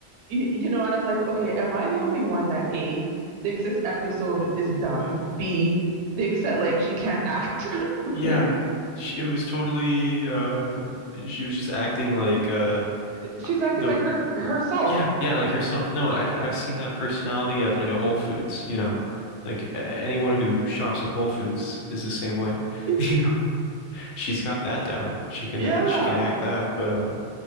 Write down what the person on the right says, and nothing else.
you, you know, and I'm like, okay, am I the only one that A thinks this episode is dumb? B thinks that like she can't act.
<laughs>
She's acting
like her herself.
<laughs>
Yeah.